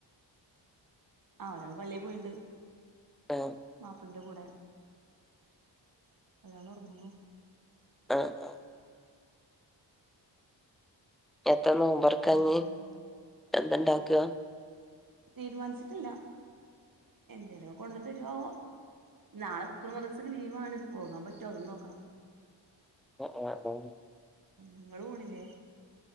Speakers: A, on the right; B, in the centre.
A: ആ ഒരാള് പള്ളി പോയിണ്ട്
B: ആഹ്
A: മാപ്ലന്റെ കൂടെ ഒരാൾ ഒർങ്ങുന്നു
B: ആ ആ എത്ത നോമ്പൊർക്കാഞ്ഞി
A: പിന്നെ
B: എന്തണ്ടാക്ക
A: തീരുമാനിച്ചിട്ടില്ല എന്തേലോ കൊണ്ട് തരോവോ നാളെ സ്കൂളും മദ്രാസൊക്കെ ദിവസക്കെ ലീവാണ് പോകാൻ പറ്റോ അതും നോക്കണം
B: <inaudible>
A: ങ്ങള് പോണില്ലേ